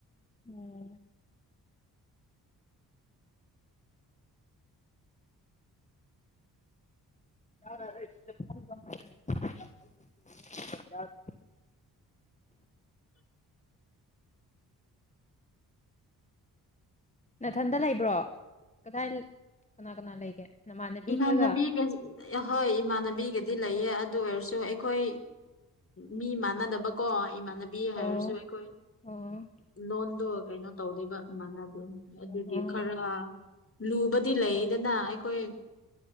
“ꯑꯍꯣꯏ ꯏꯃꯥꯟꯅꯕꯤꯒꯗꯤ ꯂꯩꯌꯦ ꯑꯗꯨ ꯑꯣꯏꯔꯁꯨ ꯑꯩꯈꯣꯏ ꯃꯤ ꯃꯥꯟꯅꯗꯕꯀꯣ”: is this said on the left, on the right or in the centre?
Left